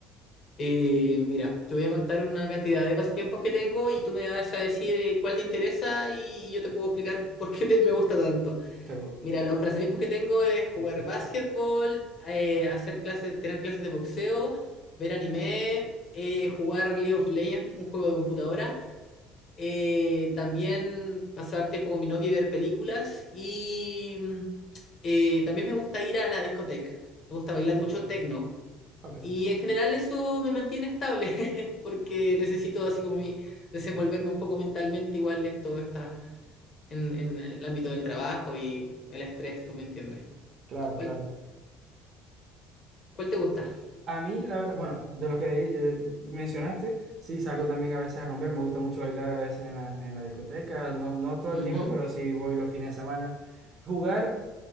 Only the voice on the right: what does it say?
Seguro.
Ok,
claro,
claro.
A mí, la verdad, bueno, de lo que eh, mencionaste, sí, salgo también a veces a rumbear, me gusta mucho bailar a veces en la, en la discoteca, no, no todo
el tiempo, pero sí voy los fines de semana. Jugar.